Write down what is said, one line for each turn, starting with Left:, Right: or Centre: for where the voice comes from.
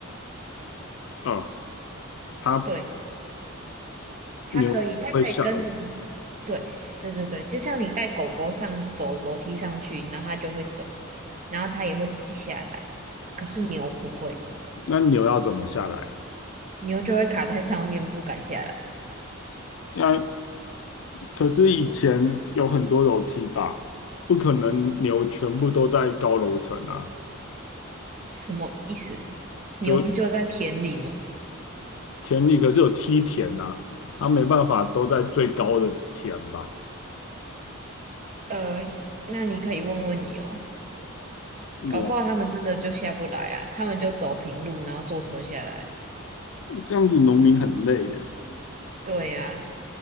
Left: 哦，它
Right: 对，它可以，
Left: 牛会下楼梯，
Right: 它可以跟着你，对，对对对，就像你带狗狗上走楼梯上去，然后它就会走，然后它也会自己下来，可是牛不会，
Left: 那牛要怎么下来？
Right: 牛就会卡在上面不敢下来。
Left: 那可是以前有很多楼梯吧，不可能牛全部都在高楼层啊，
Right: 什么意思？牛不就在田里吗？
Left: 就田里可是有梯田啊，它没办法都在最高的田吧？
Right: 呃，那你可以问问牛，
Left: 牛
Right: 搞不好他们真的就下不来啊，他们就走平路，然后坐车下来。
Left: 这样子农民很累耶。
Right: 对呀、